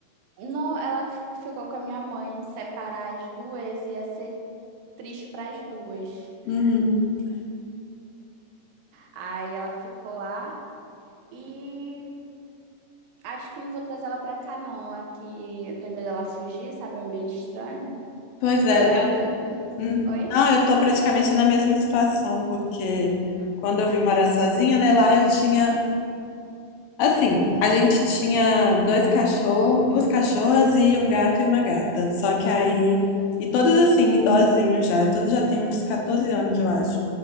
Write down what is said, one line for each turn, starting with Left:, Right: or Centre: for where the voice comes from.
Right: Não, ela fi- ficou com a minha mãe, separar as duas ia ser triste para as duas.
Left: Uhum.
Right: Aí ela ficou lá e acho que não vou trazer ela pra cá não. Aqui eu tenho medo dela fugir, sabe, É um ambiente estranho.
Left: Pois é,
Right: Lá
Left: eu
Right: ela já <laughs>
Left: hum,
Right: Oi?
Left: não, eu tô praticamente na mesma situação, porque quando eu vim morar sozinha, né, lá eu tinha assim, a gente tinha dois cachorros, duas cachorras e um gato e uma gata. Só que aí e todos assim, idosinhos já, todos já têm uns 14 anos, eu acho.